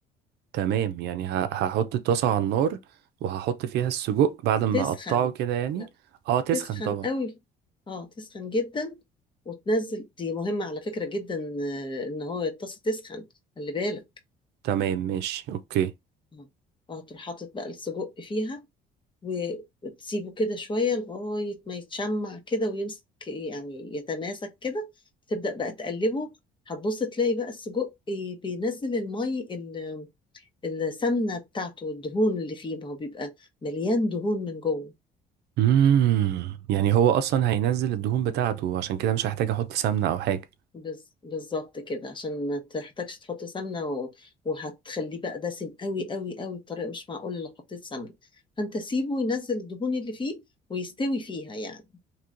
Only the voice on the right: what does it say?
تمام يعني ه- هحط الطاسة على النار وهحط فيها السجق بعد ما
اقطعه كده يعني
اه تسخن
طبعا
تمام ماشي اوكي
امم يعني هو اصلا هينزل الدهون بتاعته عشان كده مش هحتاج احط سمنة او حاجة